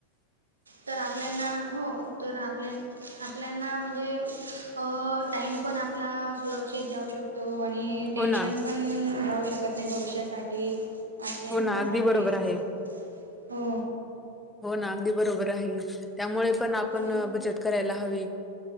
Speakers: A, on the right; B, in the centre.
A: तर आपल्याना हो तर आपल्या <unintelligible> आपल्याना म्हणजे अ टाईम पण आपला सुरक्षित जाऊ शकतो आणि <unintelligible> टेन्शन
B: हो ना
A: पण घेऊ शकत नाही भविष्यासाठी <unintelligible> टीप आजच्या युगासाठी
B: हो ना अगदी बरोबर
A: हो.
B: आहे. हो ना अगदी बरोबर आहे त्यामुळे पण
A: म्हणजे
B: अ आपण बचत करायला हवी